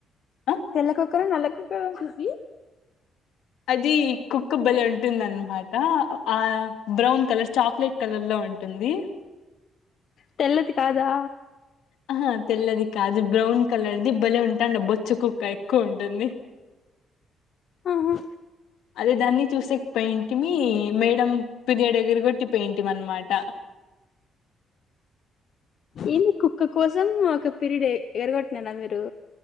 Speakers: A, on the left; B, on the left.
A: ఆ
B: తెల్లకుక్క న నల్లకుక్క <unintelligible>
A: అది కుక్క బలే ఉంటుందన్ మాట ఆ బ్రౌన్ కలర్ చాక్లెట్ కలర్ లో ఉంటుంది.
B: తెల్లది కాదా?
A: అహా తెల్లది కాదు, అ బ్రౌన్ కలర్ది బలే ఉం తండ బొచ్చ కుక్క ఎక్కువ ఉంటుంది.
B: ఆహా
A: అదే దాన్ని చూసి పెయింటిమి, మేడం పిర్యడ్ ఎదరగొట్టి పెయింటినమాట
B: ఏంది కుక్క కోసం ఒక పీరియడ్ ఏ ఎరగొట్ననా అందరు